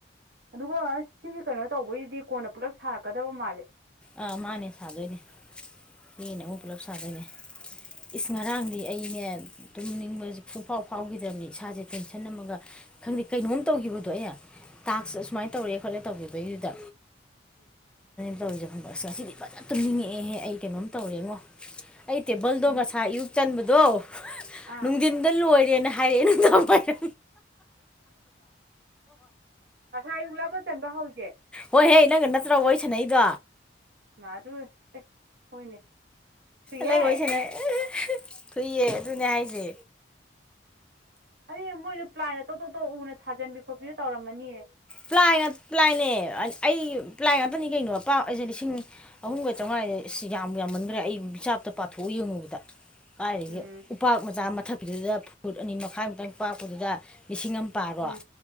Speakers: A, on the right; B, in the centre.
A: ꯑꯗꯨꯒ ꯁꯤꯒꯤ ꯀꯩꯅꯣ ꯇꯧꯕꯩꯁꯤꯗꯤ ꯀꯣꯟꯅ ꯄꯨꯂꯞ ꯁꯥꯔꯛꯀꯗꯕ ꯃꯥꯜꯂꯤ
B: ꯑꯥ ꯃꯥꯅꯦ ꯁꯥꯗꯣꯏꯅꯦ ꯁꯤꯅꯦ ꯑꯃꯨꯛ ꯄꯨꯂꯞ ꯁꯥꯗꯣꯏꯅꯦ ꯏꯁ ꯉꯥꯡꯗꯤ ꯑꯩꯅ ꯇꯨꯝꯅꯤꯡꯕꯁꯦ ꯄꯨꯡꯐꯥꯎ ꯐꯥꯎꯈꯤꯗ꯭ꯔꯕꯅꯤ ꯏꯁꯥꯁꯦ ꯇꯦꯟꯁꯟ ꯑꯃꯝꯃꯒ ꯈꯪꯗꯦ ꯀꯩꯅꯣꯝ ꯇꯧꯈꯤꯕꯗꯣ ꯑꯩꯩꯅ ꯇꯥꯛꯁ ꯑꯁꯨꯃꯥꯏꯅ ꯇꯧꯔꯛꯦ ꯈꯣꯠꯂꯦ ꯇꯧꯧꯕꯤꯈꯤꯕꯩꯗꯨꯗ
A: ꯎꯝ
B: ꯇꯧꯔꯤꯁꯦ ꯐꯪꯕ ꯑꯁ ꯉꯁꯤꯗꯤ ꯐꯖꯅ ꯇꯨꯝꯅꯤꯡꯉꯛꯑꯦꯍꯦ ꯑꯩ ꯀꯩꯅꯣꯝ ꯇꯧꯔꯦꯉꯣ ꯑꯩ ꯇꯦꯕꯜꯗꯣ
A: ꯎꯝ
B: ꯃꯁꯥ ꯑꯌꯨꯛ ꯆꯟꯕꯗꯣ
A: ꯑꯥ
B: ꯅꯨꯡꯊꯤꯟꯗ ꯂꯣꯏꯔꯦꯅ ꯍꯥꯏꯔꯛꯑꯦ ꯅꯨꯡꯖꯥ ꯄꯥꯏꯔ
A: ꯄꯥ ꯆꯟꯕ ꯍꯧꯒꯦ
B: ꯍꯣꯏꯍꯦ ꯅꯪꯒ ꯅꯠꯇ꯭ꯔꯣ ꯑꯣꯏꯁꯅ ꯑꯩꯗꯣ
A: ꯃꯥ ꯑꯗꯨꯁ ꯍꯣꯏꯅꯦ ꯊꯨꯏꯍꯦ
B: ꯂꯩꯑꯣꯣꯏꯁꯤꯅꯦ ꯊꯨꯏꯌꯦ ꯑꯗꯨꯅꯦ ꯍꯥꯏꯁꯦ
A: ꯑꯗꯨ ꯃꯣꯏꯁꯨ ꯄ꯭ꯂꯥꯏꯟ ꯑꯇꯣꯞꯇꯣꯞꯇꯣꯞ ꯎꯅ ꯊꯥꯖꯟꯕꯤ ꯈꯣꯠꯄꯤ ꯇꯧꯔꯝꯃꯅꯤꯌꯦ
B: ꯄ꯭ꯂꯥꯏ ꯄ꯭ꯂꯥꯏꯅꯦ ꯑꯩ ꯄ꯭ꯂꯥꯏ ꯉꯥꯛꯇꯅꯤ ꯀꯩꯅꯣ ꯄ ꯑꯩꯁꯦ ꯂꯤꯁꯤꯡ ꯑꯍꯨꯝꯒ ꯆꯥꯝꯃꯉꯥ ꯑꯁ ꯌꯥꯝ ꯌꯥꯝꯃꯟꯈ꯭ꯔꯦ ꯑꯩ ꯃꯤꯆꯥꯞꯇ ꯄꯥꯊꯣꯛꯎ ꯌꯦꯡꯉꯨꯕꯗ ꯀꯥꯏꯗꯒꯤ
A: ꯎꯝ
B: ꯎꯄꯥꯛ ꯃꯆꯥ ꯃꯊꯛꯀꯤꯗꯨꯗ ꯐꯨꯠ ꯑꯅꯤ ꯃꯈꯥꯏ ꯃꯨꯛꯇꯪ ꯄꯥꯛꯄꯗꯨꯗ ꯂꯤꯁꯤꯡ ꯑꯃ ꯄꯥꯔꯣ
A: ꯎꯝ